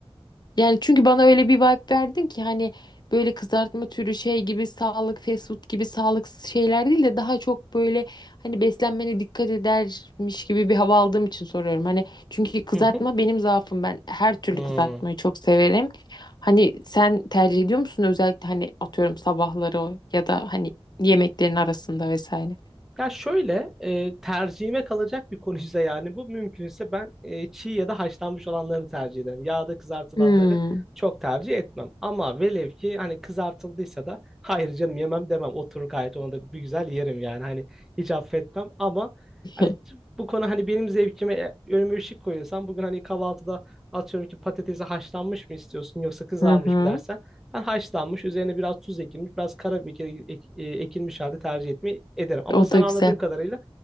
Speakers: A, on the left; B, in the centre.
A: Yani çünkü bana öyle bir vibe verdin ki hani böyle kızartma türü şey gibi sağlık fast food gibi sağlıksız şeyler değil de daha çok böyle hani beslenmene dikkat edermiş gibi bir hava aldığım için soruyorum. Hani çünkü kızartma
B: hı hı.
A: benim zaafım ben her türlü
B: Hmm.
A: kızartmayı çok severim. Hani sen tercih ediyor musun özellikle hani atıyorum sabahları o ya da hani yemeklerin arasında vesaire.
B: Ya şöyle e, tercihime kalacak bir konuysa yani bu mümkünse ben e, çiğ ya da haşlanmış olanlarını tercih ederim. Yağda kızartılanları
A: Hmm.
B: çok tercih etmem. Ama velev ki hani kızartıldıysa da hayır canım yemem demem. Oturur gayet onu da bir güzel yerim yani hani hiç affetmem ama
A: <laughs>
B: hani t- bu konu hani benim zevkime e, önüme bir şey koyuyorsan bugün hani kahvaltıda atıyorum ki patatesi haşlanmış mı istiyorsun yoksa kızarmış
A: Hı hı.
B: mı dersen ben haşlanmış, üzerine biraz tuz ekilmiş, biraz karabiber ek- e, ekilmiş halde tercih etmeyi ederim. Ama
A: O
B: sen
A: da
B: anladığım
A: güzel.
B: kadarıyla